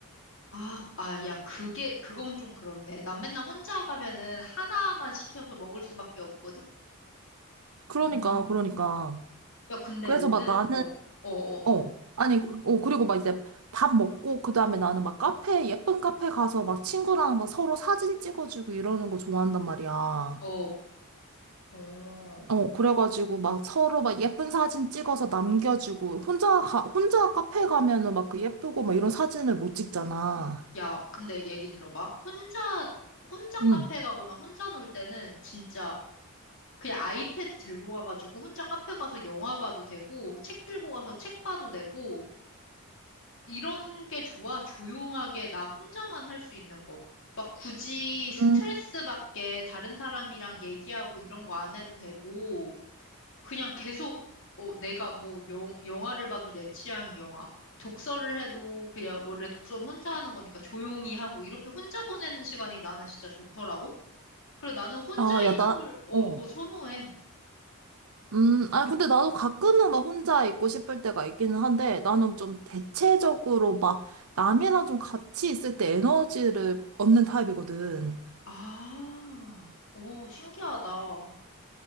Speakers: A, on the left; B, on the right.
A: 아, 아, 야, 그게, 그건 좀 그렇네. 난 맨날 혼자 가면은 하나만 시켜서 먹을 수밖에 없거든?
B: 그러니까,
A: 음.
B: 그러니까.
A: 야, 근데
B: 그래서
A: 너는,
B: 막 나는,
A: 어, 어, 어,
B: 어. 아니, 어, 그리고 막 이제 밥 먹고, 그 다음에 나는 막 카페, 예쁜 카페 가서 막 친구랑 막 서로 사진 찍어주고 이러는 거 좋아한단 말이야.
A: 어, 어, 어.
B: 어, 그래가지고 막 서로 막 예쁜 사진 찍어서 남겨주고, 혼자 가, 혼자 카페 가면은 막 그 예쁘고 막 이런 사진을 못 찍잖아.
A: 야, 근데 얘기 들어봐. 혼자, 혼자 카페
B: 응.
A: 가거나 혼자 놀 때는 진짜 그냥 아이패드 들고 가가지고 혼자 카페 가서 영화 봐도 되고, 책 들고 가서 책 봐도 되고, 이런 게 좋아. 조용하게 나 혼자만 할 수 있는 거. 막 굳이 스트레스
B: 음,
A: 받게 다른 사람이랑 얘기하고 이런 거 안 해도 되고, 그냥 계속, 어, 내가 뭐 영, 영화를 봐도 내 취향 영화, 독서를 해도 그냥 원래 독서는 혼자 하는 거니까 조용히 하고, 이렇게 혼자 보내는 시간이 나는 진짜 좋더라고. 그리고 나는 혼자
B: 아,
A: 있는
B: 야, 나,
A: 걸, 어,
B: 어.
A: 더 선호해.
B: 음, 아, 근데 나도 가끔은 막 혼자 있고 싶을 때가 있기는 한데, 나는 좀 대체적으로 막 남이랑 좀 같이 있을 때 에너지를 얻는 타입이거든.
A: 아, 오, 신기하다.